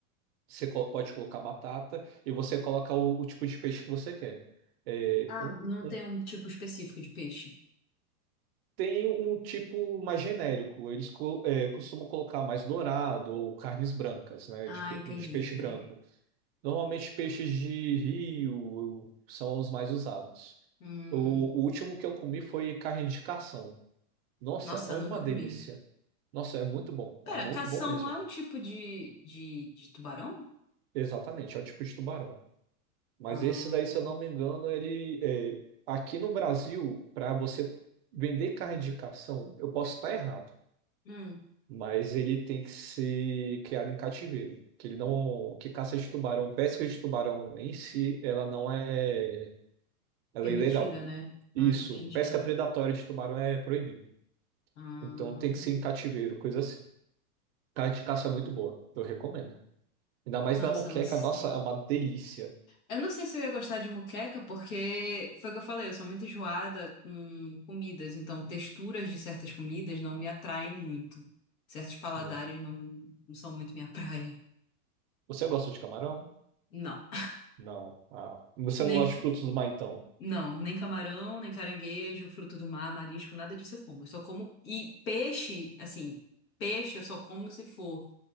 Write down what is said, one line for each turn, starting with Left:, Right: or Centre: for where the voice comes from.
Right: você co- pode colocar batata e você coloca o, o tipo de peixe que você quer. É,
Left: Ah,
Right: um,
Left: não
Right: um
Left: tem um tipo específico de peixe.
Right: Tem um tipo mais genérico. Eles co- é, costumam colocar mais dourado ou carnes brancas, né?
Left: Ah,
Right: De, pe-
Left: entendi,
Right: de peixe
Left: entendi.
Right: branco. Normalmente peixes de rio são os mais usados.
Left: Hum,
Right: O, o último que eu comi foi carne de carção. Nossa,
Left: nossa,
Right: é uma
Left: nunca
Right: delícia.
Left: comi.
Right: Nossa, é muito bom.
Left: Pera,
Right: É muito
Left: cação
Right: bom mesmo.
Left: não é um tipo de, de, de tubarão?
Right: Exatamente, é o tipo de tubarão. Mas
Left: Ah,
Right: esse daí, se eu não me engano, ele é, aqui no Brasil, para você vender carne de carção, eu posso estar errado.
Left: hum,
Right: mas ele tem que ser criado em cativeiro, que ele não, que caça de tubarão, pesca de tubarão em si, ela não é, ela
Left: permitida,
Right: é ilegal.
Left: né?
Right: Isso,
Left: Ah, entendi.
Right: pesca predatória de tubarão é proibido.
Left: Ah,
Right: Então tem que ser em cativeiro, coisa assim. Carne de caça é muito boa, eu recomendo. Ainda mais
Left: nossa,
Right: na moqueca,
Left: não sei.
Right: nossa, é uma delícia.
Left: Eu não sei se eu ia gostar de moqueca, porque foi o que eu falei, eu sou muito enjoada com comidas, então texturas de certas comidas não me atraem muito. Certos paladares
Right: Hum.
Left: não, não são muito minha <laughs> praia.
Right: Você gosta de camarão?
Left: Não.
Right: Não. Ah, você
Left: Nem,
Right: não gosta de frutos do mar, então?
Left: não, nem camarão, nem caranguejo, fruto do mar, marisco, nada disso eu como. Eu só como. E peixe, assim, peixe eu só como se for